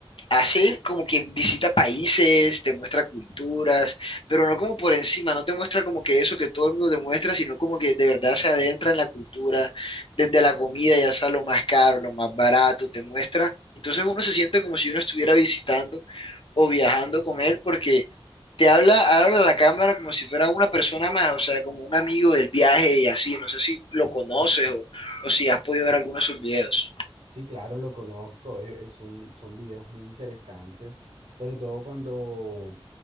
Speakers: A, on the left; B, on the right.
A: hace como que visita países, te muestra culturas, pero no como por encima, no te muestra como que eso que todo el mundo te muestra, sino como que de verdad se adentra en la cultura, desde la comida, ya sea lo más caro, lo más barato, te muestra. Entonces uno se siente como si uno estuviera visitando o viajando con él porque te habla, habla a la cámara como si fuera una persona más, o sea, como un amigo del viaje y así, no sé si lo conoces o, o si has podido ver algunos de sus videos.
B: Sí, claro, lo conozco. eh, eh, son, son videos muy interesantes, sobre todo cuando,